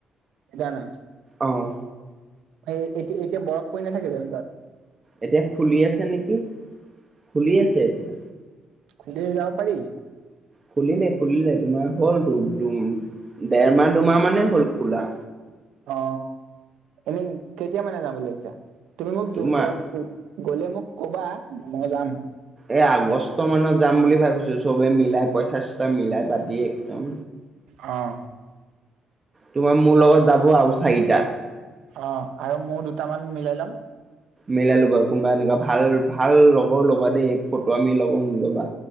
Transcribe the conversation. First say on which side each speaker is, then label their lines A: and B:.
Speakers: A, on the right; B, on the right.
A: জানা
B: অঁ
A: সেই এতিয়া - এতিয়া বৰফ পৰি নাথাকে জানো তাত।
B: এতিয়া খুলি আছে নেকি, খুলি আছে এতিয়া।
A: খুলি যাব পাৰি।
B: খুলিলে - খুলিলে তোমাৰ হ'ল দু - দুম দেৰমাহ দুমাহ মানে হ'ল খোলা।
A: অ, এনে কেতিয়া মানে যাম বুলি ভাবিছা তুমি মোক
B: তোমাৰ
A: যোৱ গ'লে মোক কবা মই যাম।
B: এ আগষ্ট মানত যাম বুলি ভাবিছো চবে মিলাই পইচা চা মিলাই পাতি একদম।
A: অঁ
B: তোমাৰ মোৰ লগত যাব আৰু চাৰিটা।
A: অ, আৰু মোৰ দুটামান মিলাই ল'ম।
B: মিলাই ল'বা কোনোবা এনেকুৱা ভাল - ভাল লগৰ ল'বা দেই ফটো আমি লগৰ নলবা।